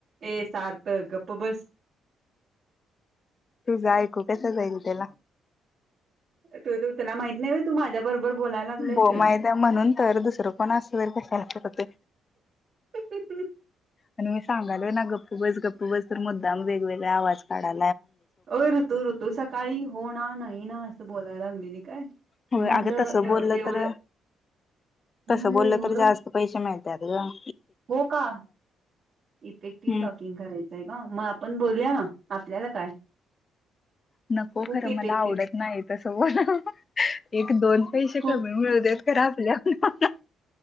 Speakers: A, on the right; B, on the left.
A: ए सार्थ, गप्प बस.
B: तूझं ऐकू कस जाईल त्याला.?
A: तू तू त्याला माहित नाही तू माझ्या बरोबर बोलायला लागलेस
B: हो
A: ते.
B: माहित्या म्हणून तर दुसरं कोण असलं तर कशाला करतोय
A: <inaudible>
B: आणि मी सांगालोय ना गप्प बस, गप्प बस, तर मुद्दाम वेगवेगळे आवाज काढा
A: होय ऋतू, ऋतू सकाळी होणार ना नाही ना, असं बोलायला लागलेली काय-
B: होय
A: मी म्हटलं
B: अगं तसं
A: एवढं
B: बोललं
A: एवढं
B: तर, तस
A: मी म्हणलं
B: बोललं
A: एवढं
B: तर जास्त पैसे मिळत- त्यात गं.
A: हो का? इफेक्टिव्ह
B: हम्म
A: टॉकिंग करायचंय का मग आपण बोलूया ना. आपल्याला काय.?
B: नको
A: खूप
B: खरं
A: इफेक्टिव्ह
B: मला आवडत नाही, तस बोलायला एक दोन पैसे
A: खूप
B: कमी मिळू देत- खरं आपल्या, आपल्या